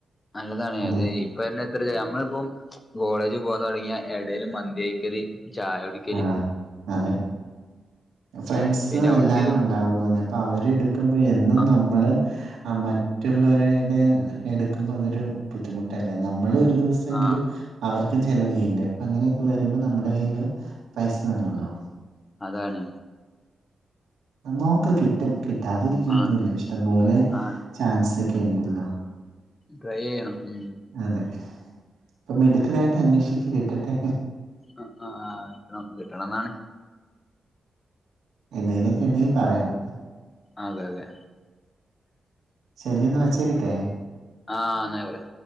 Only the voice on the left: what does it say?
നല്ലതാണ്
അത് ഇപ്പെ ഇത്ര നമ്മളിപ്പം കോളേജ് പോകൻ തുടങ്ങിയ ഇടേല് മന്തിയയിക്കല് ചായുടി
പിന്നെ എവിടക്കേലും
ആ
ആ
അതാണ്
ആ
ആ
ഡ്രൈ ചെയ്യണം ഉം
ആഹ് ആഹ് ഒക്കെ കിട്ടണം കിട്ടണംന്നാണ്
അതെ അതെ
ആഹ് ന്നായിക്കോട്ടേ